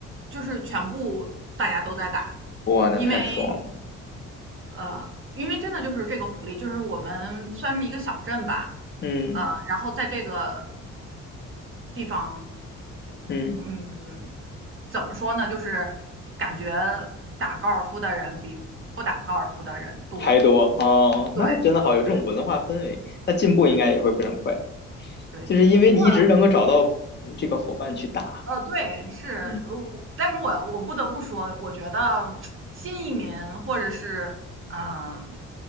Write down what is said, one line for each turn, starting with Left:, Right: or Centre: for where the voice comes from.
Right: 就是全部大家都在打，
Left: 哇，那太爽了。
Right: 因为呃，因为真的就是这个福利，就是我们算是一个小镇吧，
Left: 嗯
Right: 呃，然后在这个地方就嗯，
Left: 嗯，
Right: 怎么说呢，就是感觉打高尔夫的人比不打高尔夫的人多，
Left: 还多哦，
Right: 对
Left: 那真的好，有这种文化氛围，
Right: 对
Left: 那进步应该也会非常快，
Right: 对对。
Left: 就是因为你一直能够找到嗯这个伙伴去打。
Right: 不过呃，对，是，
Left: 嗯
Right: 呃，但是我我不得不说，我觉得新移民或者是嗯、呃